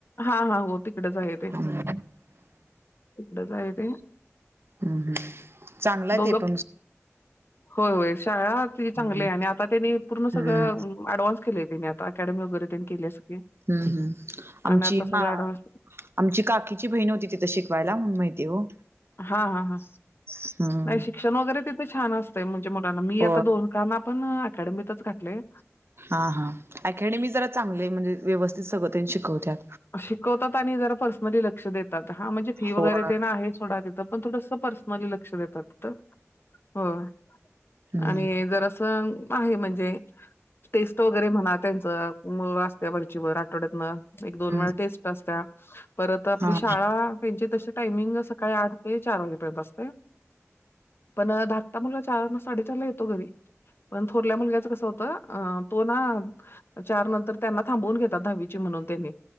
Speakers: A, on the left (about 50°); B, on the right (about 50°).
A: हा हा हो तिकडच आहे ते
B: हम्म
A: तिकडच आहे ते
B: हम्म हम्म चांगलाय
A: दोघं
B: ते पण
A: होय होय शाळा ती चांगलीय
B: हम्म
A: आणि आता त्यांनी पूर्ण
B: हम्म
A: सगळं ॲडव्हान्स केले त्यांनी आता अकॅडमी वगैरे त्यांनी केली सगळी
B: हम्म आमची
A: आणि आता सगळ
B: हा
A: ॲडव्हान्स
B: आमची काकीची बहीण होती तिथं शिकवायला म्हणून माहितीय हो
A: हा हा हा
B: हम्म
A: नाय शिक्षण वगैरे तिथे छान असतय म्हणजे मुलांना मी
B: हो
A: आता दोघाना पण अकॅडमीतच घातलय.
B: हा हा अकॅडमी जरा चांगलय म्हणजे व्यवस्थित सगळं त्यांनं शिकवत्यात.
A: शिकवतात आणि जरा पर्सनली लक्ष देतात हा म्हणजे फी वगैरे
B: होय
A: तेन आहे सोडा त पण थोडस पर्सनली लक्ष देतात तिथं होय.
B: हम्म.
A: आणि जरासं आहे म्हणजे टेस्ट वगैरे म्हणा त्यांचं मग अस्त्या वरचीवर आठवड्यातनं एक दोन
B: हम्म.
A: वेळा टेस्ट असत्या परत आपली
B: हां.
A: शाळा त्यांची तशी टामिंग सकाळी आठ ते चार वाजेपर्यंत असते. पण धाकता मुलगा चार साडेचार ला येतो घरी. पण थोरल्या मुलग्याचं कसं होतं अ तो ना चार नंतर त्यांना थांबवून घेतात दहावीची म्हणून त्यांनी